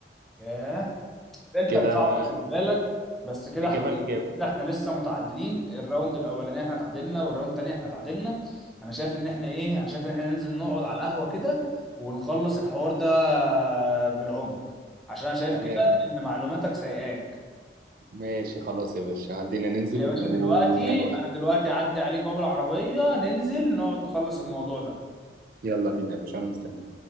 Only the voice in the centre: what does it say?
ياه أسئلتك
صعبة خلي بالك بس كده
احنا
كده احنا لسه متعادلين الراوند الأولاني احنا تعادلنا والراوند التاني احنا تعادلنا أنا شايف إن احنا إيه أنا شايف إن احنا ننزل نقعد على القهوة كده ونخلص الحوار ده بالعنف عشان أنا شايف
كده إن معلوماتك سايقاك
يا
باشا دلوقتي
أنا دلوقتي أعدي عليك أهو بالعربية ننزل نقعد نخلص الموضوع ده